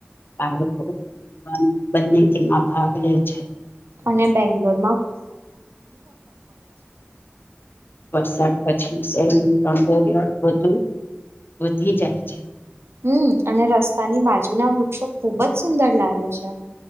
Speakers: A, on the left; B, on the right.
A: બાળકો બંને તેમાં ભાગ બ છે <unintelligible>
B: અને બેંગ્લોર.
A: વરસાદ પછી શહેરમાં તડકો પણ વધુ વધી જાય છે.
B: હમ, અને રસ્તાની બાજુના વૃક્ષો ખુબ જ સુંદર લાગે છે.